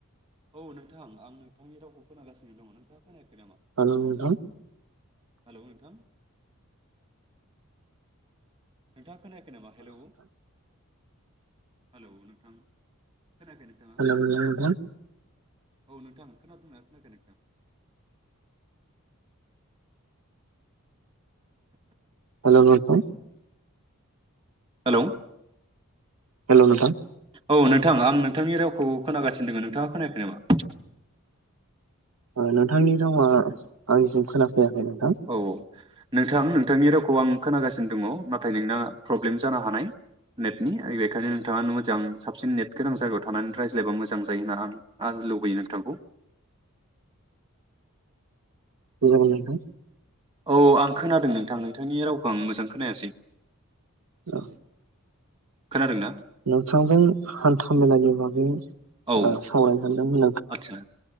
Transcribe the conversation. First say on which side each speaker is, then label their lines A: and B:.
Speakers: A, on the right; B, on the right.
A: औ नोंथां आं नोंथांनि रावखौ खोनासिनो दङ नोंथाङा खोनायाखै नामा?
B: हेलौ नोंथां
A: हेलौ नोंथां नोंथां खोनायाखै नामा हेलौ हेलौ नोंथां खोनायाखै नोंथाङा
B: हेलौ हेलौ नोंथां
A: औ नोंथां खोनादोंंना खोनायाखै नोंथां
B: हेलौ नोंथां
A: हेलौ
B: हेलौ नोंथां
A: औ नोंथां आं नोंथांनि रावखौ खोनागासिनो दोङो नोंथाङा खोनायाखै नामा?
B: ओ नोंथांनि रावा आंनिसिम खोना जायाखै नोंथां
A: औ नोंथां नोंथांनि रावखौ आं खोनागासिनो दङ नाथाय नोंना प्रब्लेम जानो हानाय नेटनि बेखायनो नोंथाङा मोजां साबसिन नेट गोनां जायगायाव थानानै रायज्लायबा मोजां जायो होनना आं लुबैयो नोंथांखौ
B: दे जागोन नोंथां
A: औ आं खोनादों नोंथां नोंथांनि रावखौ आं मोजां खोनायासै
B: औ
A: खोनादोंना
B: नोंथांजों हान्था मेलानि बागै ओ
A: औ
B: सावरायनो सान <unintelligible>
A: आदसा